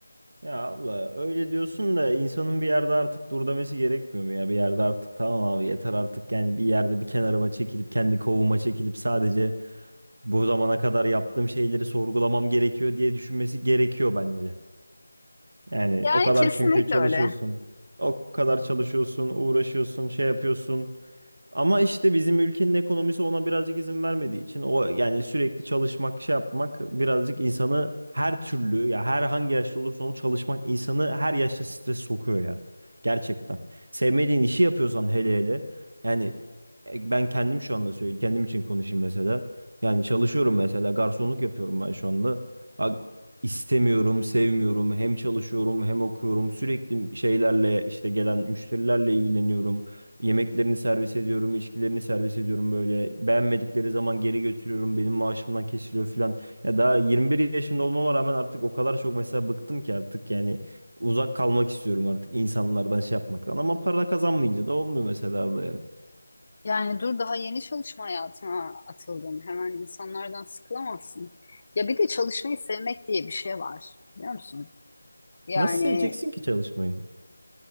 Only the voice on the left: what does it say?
Yani
kesinlikle
öyle.
Yani dur daha yeni çalışma hayatına atıldın. Hemen insanlardan sıkılamazsın. Ya bir de çalışmayı sevmek diye bir şey var. Biliyor musun? Yani